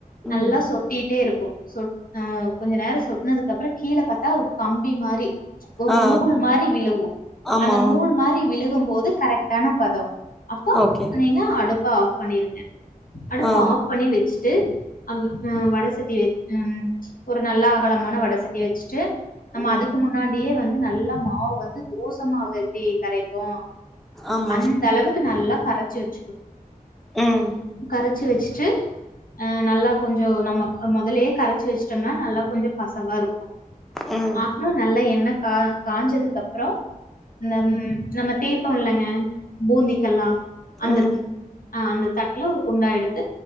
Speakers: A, on the left (about 70°); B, in the centre.
A: நல்லா
B: ம்
A: சொட்டிட்டே இருக்கு சொட் ஆ கொஞ்சோ நேரோ சொட்னதுக்கப்றோ கீழ பாத்தா ஒரு கம்பி மாரி ஒரு
B: ஆ
A: நூல் மாரி விழுவு
B: ஆமா
A: அந்த நூல் மாரி விழுகும் போது கரெக்டான பதோ அப்போ
B: ஓகே
A: நீங்க அடுப்ப ஆஃப் பண்ணிருங்க அடுப்ப
B: ஆ
A: ஆஃப் பண்ணி வச்சிட்டு அ வடசட்டி வை ம் ஒரு நல்லா அகலமான வடசட்டிய வச்சுட்டு நம்ம
B: ம்
A: அதுக்கு முன்னாடியே வந்து நல்லா மாவு வந்து தோச மாவு எப்டி கரைப்போ
B: ஆமா
A: அந்த அளவுக்கு நல்லா கரச்சு வச்சுக்கனு
B: ம்
A: கரச்சு வச்சுட்டு ஆ நல்லா கொஞ்சோ நம்ம முதல்லயே கரச்சு வச்சிட்டோம்னா நல்லா கொஞ்சோ பச வாருக்கு
B: ம்
A: அப்றோ நல்லா எண்ண கா காஞ்சதுக்கப்றோ இந்த ம் நம்ம தேப்போல்லங்க பூந்திக்கெல்லா அந்த
B: ம்
A: ஆ அந்த தட் நல்லா ஒரு குண்டா எடுத்து